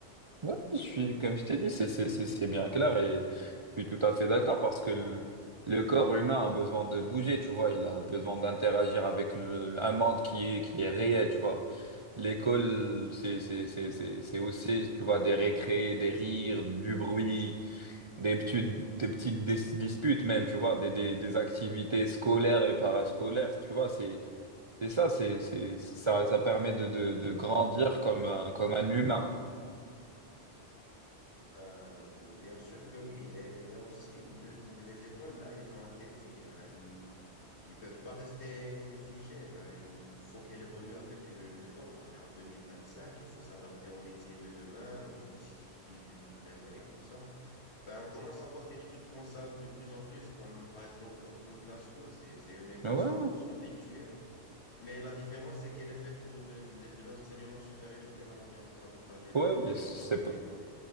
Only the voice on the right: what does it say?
Ouais, je suis, comme je t'ai dit, c'est, c'est, c'est c'est bien clair et je suis tout à fait d'accord parce que le, le corps humain a besoin de bouger, tu vois. Il a besoin d'interagir avec le- un monde qui est, qui est réel, tu vois. L'école, c'est, c'est, c'est, c'est, c'est aussi, tu vois, des récrés, des rires, du bruit. des petites, des petites dis- disputes même, tu vois, des, des, des activités scolaires et parascolaires, tu vois, c'est, c'est ça, c'est, c'est, ça, ça permet de, de, de grandir comme un, comme un humain.
Ouais, ouais,
ouais,
oui
c'est,